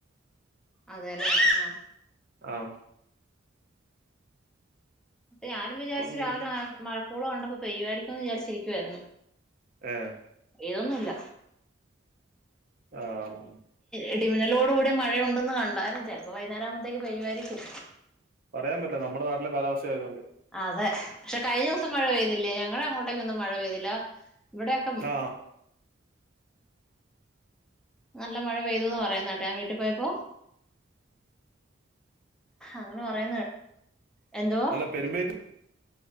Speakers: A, in the centre; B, on the right (about 45°).
A: അതേല്ലേ ആഹ്
B: ആം
A: ഞാനും വിചാരിച്ച്
B: ഇപ്പോൾ മൂടി
A: രാവിലെ മഴക്കോള് കണ്ടപ്പോ പെയ്യുവായിരിക്കുന്നു വിചാരിച്ചിരിക്കുവായിരുന്നു
B: ഏഹ്
A: ഏതൊന്നുല്ല
B: ആഹ്
A: ഇടിമിന്നാലൊടു കൂടിയ മഴയുണ്ടന്ന് കണ്ടായിരുന്നു ചേലപ്പോ വൈകുന്നേരകുമ്പോത്തേക്ക് പെയ്യുവായിരിക്കും
B: പറയാൻ പറ്റില്ല നമ്മുടെ നാട്ടിലെ കാലാവസ്ഥ ആയതൊണ്ട്
A: അതെ പക്ഷെ കയ്ഞ്ഞ ദേവസം മഴ പെയ്തില്ലേ ഞങ്ങളടെ അങ്ങോട്ടേക്കൊന്നും മഴ പെയ്തില്ല ഇവിടൊക്കെ മം
B: ആ
A: നല്ല മഴ പെയ്തുന്ന് പറയുന്നകേട്ടെ ഞാൻ വീട്ടിൽ പോയപ്പോ അങ്ങനെ പറയുന്നേ കേട്ടു എന്തുവാ
B: അല്ല പെരുമ്പേത്ത്